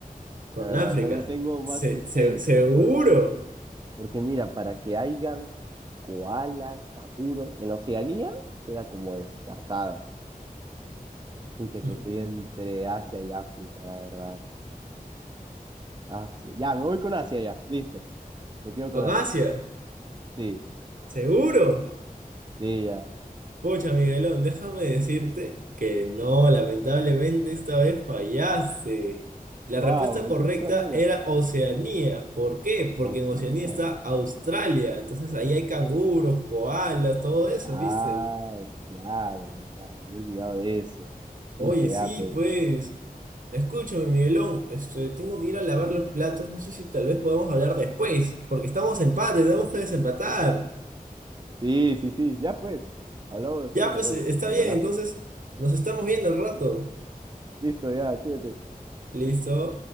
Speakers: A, on the right; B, on the right.
A: Con
B: la verdad,
A: África.
B: no, no tengo
A: Se-
B: más sustento,
A: se- seguro.
B: por- porque mira, para que hayan koalas, canguros, en la Oceanía queda como descartado. Pucha,
A: Mm,
B: que estoy entre Asia y África, la verdad. Asia. Ya, me voy con Asia ya. Listo. Me quedo
A: Con
B: con Asia.
A: Asia.
B: Sí,
A: Seguro.
B: sí, ya.
A: Pucha, Miguelón, déjame decirte que no, lamentablemente esta vez fallaste. La
B: Wow,
A: respuesta correcta
B: entonces ¿cuál era?
A: era Oceanía. ¿Por qué? Porque
B: Oceanía.
A: en Oceanía está Australia. Entonces ahí hay canguros, koalas, todo eso,
B: Ah,
A: ¿viste?
B: claro, verdad. Me he olvidado de eso.
A: Oye,
B: Mucha ya,
A: sí,
B: pues.
A: pues. Escúchame, Miguelón. Este, tengo que ir a lavar los platos. No sé si tal vez podamos hablar después, porque estamos en empate, tenemos que desempatar.
B: Sí, sí, sí. Ya pues. Hablamos después,
A: Ya, pues,
B: hermano.
A: eh, está
B: Normalazo.
A: bien, entonces nos estamos viendo al rato.
B: Listo, ya, cuídate.
A: Listo.